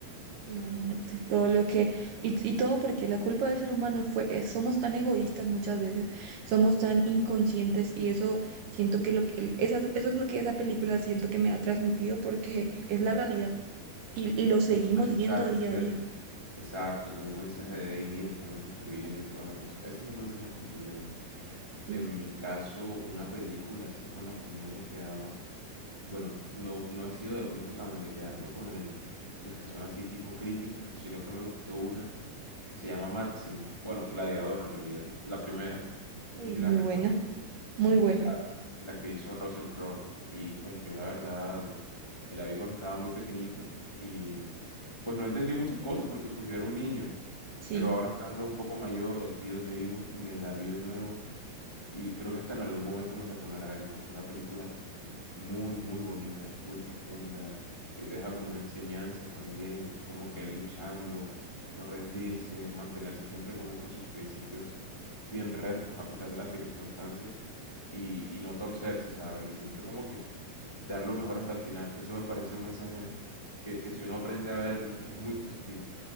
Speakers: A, on the right (about 70°); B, on the left (about 25°).
A: imagínate, todo lo que, y, y todo porque la culpa del ser humano fue, es- somos tan egoístas muchas veces, somos tan inconscientes y eso siento que lo que, esa- eso es lo que esa película siento que me ha transmitido porque es la realidad y, y lo seguimos
B: Como un mensaje,
A: viendo día
B: ¿cierto?
A: a día.
B: Exacto, como un mensaje de, hey, mira, estamos destruyendo y toda la cosa. Ese es un mensaje contundente.
A: Sí,
B: En mi caso, una película así con la que yo me haya quedado, Bueno, no, no he sido de pronto tan de quedarme con el, las que son así tipo crítica, sino que me gustó una que se llama Máximo. Bueno, Gladiador en realidad, la primera. No
A: uy,
B: sé si
A: muy
B: la recuerdas.
A: buena, muy buena,
B: O sea, la que hizo Russell Crowe. Y pues yo la verdad me la vi cuando estaba muy pequeñito y pues no entendí muchas cosas porque pues yo era un niño.
A: sí,
B: Pero ahora estando un poco mayor y aquí donde vivo, me la vi de nuevo y creo que hasta en algún momento me sacó una lágrima. Fue una película muy, muy bonita, muy profunda, que te deja como una enseñanza también, como que él luchando, no rendirse, mantenerse siempre como con sus principios bien rectos a pesar de las circunstancias y, y no torcerse, ¿sabes? Y siempre como que dar lo mejor hasta el final. Eso me parece un mensaje que, que si uno aprende a verlo es muy positivo.